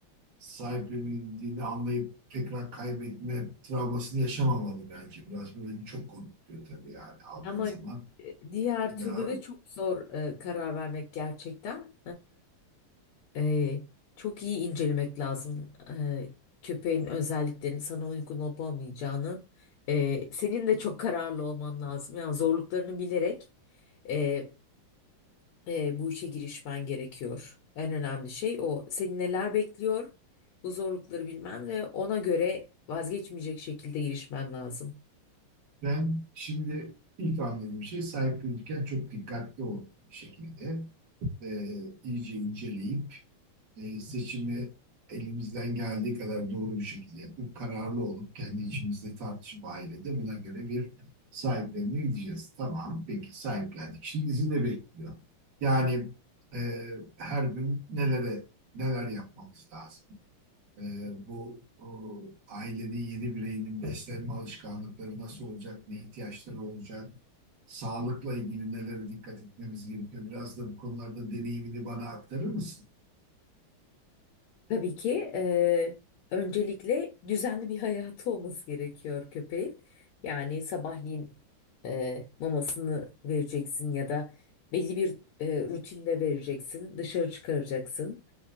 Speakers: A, on the right; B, on the left.
A: sahiplenildiğini anlayıp tekrar kaybetme travmasını yaşamamalı bence. Biraz bu beni çok korkutuyor tabii yani aldığın
B: ama
A: zaman
B: e, diğer
A: bir
B: türlü
A: daha.
B: de çok zor e, karar vermek gerçekten. E, e, çok iyi incelemek lazım e, köpeğin özelliklerinin sana uygun olup olmayacağını. E, senin de çok kararlı olman lazım. Yani zorluklarını bilerek e, e, bu işe girişmen gerekiyor. En önemli şey o. Seni neler bekliyor? Bu zorlukları bilmen ve ona göre vazgeçmeyecek şekilde girişmen lazım.
A: Ben şimdi ilk anladığım şey sahiplenirken çok dikkatli ol bir şekilde. e, iyice inceleyip e, seçimi elimizden geldiği kadar doğru bir şekilde yapıp kararlı olup kendi içimizde tartışıp ailede buna göre bir sahiplenme gideceğiz. Tamam, peki sahiplendik. Şimdi bizi ne bekliyor? Yani e, her gün nelere neler yapmamız lazım? Ee, bu o, ailenin yeni bireyinin beslenme alışkanlıkları nasıl olacak, ne ihtiyaçları olacak, sağlıkla ilgili nelere dikkat etmemiz gerekiyor. Biraz da bu konularda deneyimini bana aktarır mısın?
B: Tabii ki eee, öncelikle düzenli bir hayatı olması gerekiyor köpeğin. Yani sabahleyin eee, mamasını vereceksin ya da belli bir eee, rutinde vereceksin, dışarı çıkaracaksın,